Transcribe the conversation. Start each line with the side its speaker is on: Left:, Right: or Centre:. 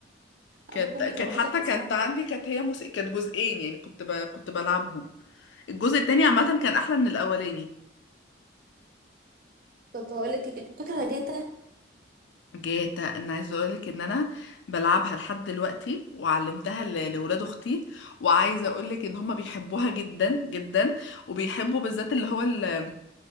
Left: كانت
Right: أنا بكون
Left: كانت
Right: متلخبطة
Left: حتى
Right: في اسمها
Left: كانت عندي كانت هي موسيقى كانت جزئين يعني كنت ب... كنت بلعبهم الجزء التاني عامه كان احلى من الاولاني
Right: كنت هقول لك إيه، فاكرة جاتا
Left: جاتا انا عايزه اقولك ان انا بلعبها لحد دلوقتي وعلمتها ل... لولاد اختي وعايزه اقولك ان هما بيحبوها جدا جدا وبيحبوا بالذات اللي هو اللي